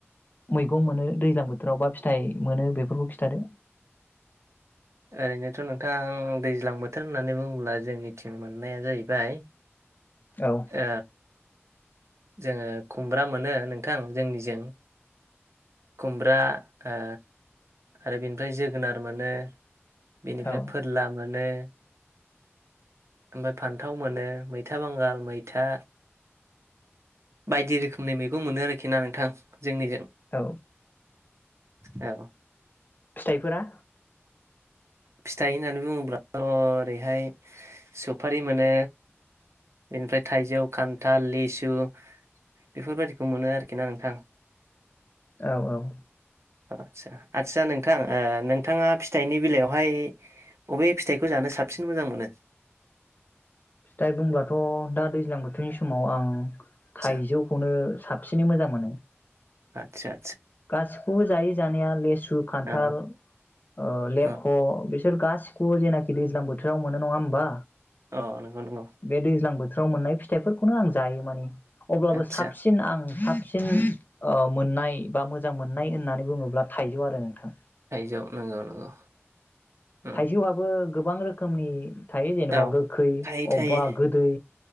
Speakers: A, on the left; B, on the right.
A: मैगं मोनो दैज्लां बोथोराव बा फिथाइ मोनो बेफोरखौ खिथादो
B: ओरैनोथ' नोंथां दैज्लां बोथोर होननानै बुङोब्ला जोंनिथिं मोननाया जाहैबाय
A: औ
B: ओ जोङो खुमब्रा मोनो नोंथां जोंनिजों खुमब्रा ओ आरो बेनिफ्राय जोगोनार मोनो
A: औ
B: बेनिफ्राय फोरला मोनो <inaudible> ओमफ्राय फान्थाव मोनो मैथा बांगाल मैथा बायदि रोखोमनि मैगं मोनो आरोखि ना नोंथां जोंनिजों।
A: औ
B: औ
A: फिथाइफोरा
B: फिथाइ होननानै बुङोब्लाथ' ओरैहाय सफारि मोनो बेनिफ्राय थाइजौ खान्थाल लिसु बेफोरबायाददिखौ मोनो आरोखि ना नोंथां।
A: औ औ
B: अ आदसा आदसा नोंथां नोंथाङा फिथाइनि बेलायावहाय अबे फिथाइखौ जानो साबसिन मोजां मोनो?
A: फिथाइ बुंब्लाथ' दा दैज्लां बोथोरनि समाव आं
B: आदसा
A: थाइजौखौनो साब सिनै मोजां मोनो।
B: आतसा
A: गासिखौबो जायो जानाया लिसु खान्थाल
B: अ
A: ओ लेरख'
B: अ
A: बिसोर गासिखौबो जेनाखि दैज्लां बोथोराव मोनो नङा होमबा?
B: अ नंगौ नंगौ
A: बे दैज्लां बोथोराव मोननाय फिथाइफोरखौनो आं जायो माने अब्लाबो
B: आदसा
A: साबसिन आं साबसिन ओ मोननाय बा मोजां मोननाय होननानै बुङोब्ला थाइजौ आरो नोंथां।
B: थायजौ नंगौ नंगौ उम
A: थाइजौआबो गोबां रोखोमनि थायो जेनेबा
B: औ
A: गोखै
B: थायो थायो
A: अबेबा गोदै